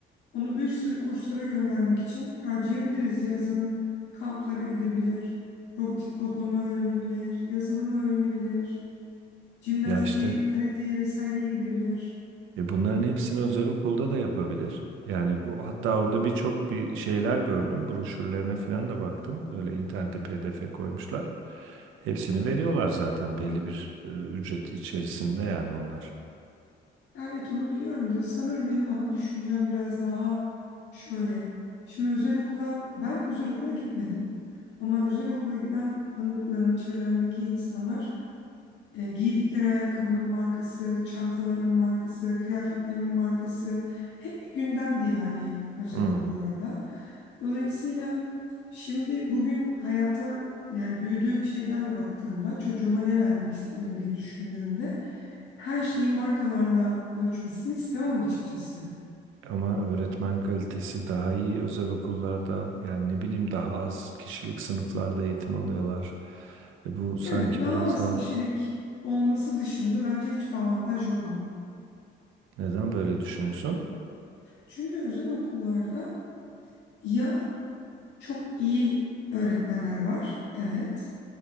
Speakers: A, on the left (about 65°); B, on the right (about 85°).
A: onu bir sürü kurslara göndermek için harcayabiliriz. Yazın kamplara gidebilir, robotik kodlama öğrenebilir, yazılım öğrenebilir, jimnastiğe,
B: Ya işte
A: karateye vesaireye gidebilir.
B: e bunların hepsini özel okulda da yapabilir. Yani o- hatta orada birçok bir şeyler gördüm. Broşürlerine falan da baktım. Böyle internette PDF koymuşlar. Hepsini veriyorlar zaten belli bir e, ücret içerisinde yani onlar.
A: Ya Evet onu biliyorum da sanırım benim ana düşüncem biraz daha şöyle. Şimdi özel okula ben özel okula gitmedim ama özel okula giden tanıdıklarım, çevremdeki insanlar e, giydikleri ayakkabının markası, çantalarının markası, kıyafetlerinin markası hep bir gündemdi yani özel
B: Hı.
A: okullarda. Dolayısıyla şimdi bugün hayata yani büyüdüğüm şeyden de baktığımda çocuğuma ne vermek isterim diye düşündüğümde her şeyi markalarla ölçmesini istemem açıkçası.
B: Ama öğretmen kalitesi daha iyi özel okullarda yani ne bileyim daha az kişilik sınıflarda eğitim alıyorlar. E bu sanki
A: Evet daha
B: biraz
A: az
B: da
A: kişilik olması dışında bence hiçbir avantaj yok ama.
B: neden böyle düşünüyorsun?
A: Çünkü özel okullarda ya Çok iyi öğretmenler var. Evet.